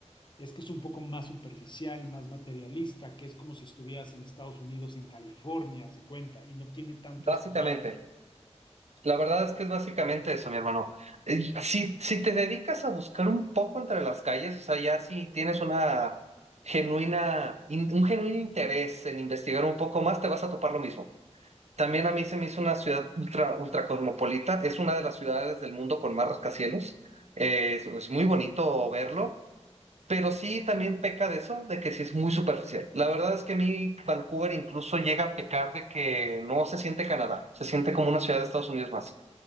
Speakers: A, on the left; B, on the right.
A: es que es un poco más superficial, más materialista, que es como si estuvieras en Estados Unidos, en California, se cuenta, y no tiene tanto
B: Básicamente.
A: esta vibra.
B: La verdad es que es básicamente eso, mi hermano. Eh, Si, si te dedicas a buscar un poco entre las calles, o sea, ya si tienes una genuina, in- un genuino interés en investigar un poco más, te vas a topar lo mismo. También a mí se me hizo una ciudad ultra, ultra cosmopolita. Es una de las ciudades del mundo con más rascacielos. Eh, es, es muy bonito verlo, pero sí también peca de eso, de que sí es muy superficial. La verdad es que a mí Vancouver incluso llega a pecar de que no se siente Canadá, se siente como una ciudad de Estados Unidos más